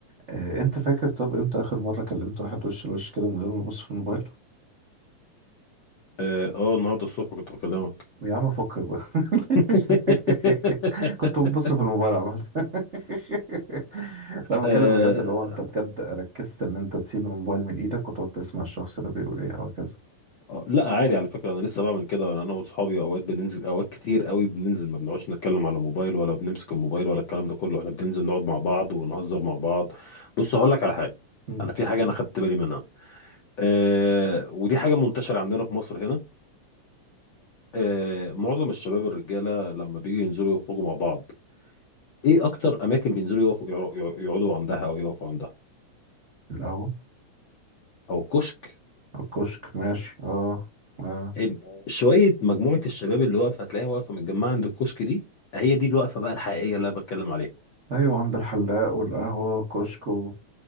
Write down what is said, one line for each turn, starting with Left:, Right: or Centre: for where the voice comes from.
Right: آه، انت فاكر طب امتى اخر مرة كلمت واحد وش لوش كده من غير ما ابص في الموبايل
Left: اه آه، النهارده الصبح كنت بكلمك
Right: يا عم فكك بقى
Left: <laughs>
Right: <laughs> كنت ببص في الموبايل بس <laughs> لا بتكلم
Left: آه،
Right: بجد اللي هو انت بجد ركزت ان انت تسيب الموبايل من ايدك وتقعد تسمع الشخص ده بيقول ايه وهكذا
Left: آه، لا عادي على فكرة أنا لسه بعمل كده أنا وأصحابي أوقات بننزل أوقات كتير قوي بننزل ما بنقعدش نتكلم على موبايل ولا بنمسك الموبايل ولا الكلام ده كله إحنا بننزل نقعد مع بعض ونهزر مع بعض بص هقول لك على حاجة
Right: مم.
Left: أنا في حاجة أنا خدت بالي منها أه ودي حاجة منتشرة عندنا في مصر هنا أه معظم الشباب الرجالة لما بيجوا ينزلوا يخرجوا مع بعض إيه أكتر أماكن بينزلوا يقفوا يقعدوا عندها أو يقفوا عندها
Right: القهوة
Left: أو كشك
Right: الكشك ماشي اه اه
Left: ال- شوية مجموعة الشباب اللي واقفة هتلاقيها واقفة متجمعة عند الكشك دي هي دي الوقفة بقى الحقيقية اللي أنا بتكلم عليها
Right: ايوه عند الحلاق والقهوة والكشك و...